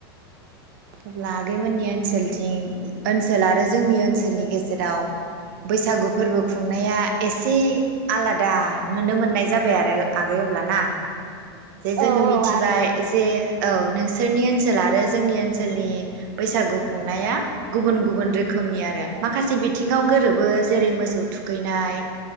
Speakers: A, on the right; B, on the right.
A: अब्ला आगैमोननि ओनसोलथिं ओनसोल आरो जोंनि ओनसोलनि गेजेराव बैसागु फोरबो खुंनाया एसे आलादा नुनो मोननाय जाबाय आरो आगै अब्ला ना। जे जोङो
B: औ औ
A: मिथिबाय
B: औ
A: जे। औ नोंसोरनि ओनसोल आरो जोंनि ओनसोलनि बैसागु खुंनाया गुबुन गुबुन रोखोमनि आरो माखासे बिथिङाव गोरोबो जेरै मोसौ थुखैनाय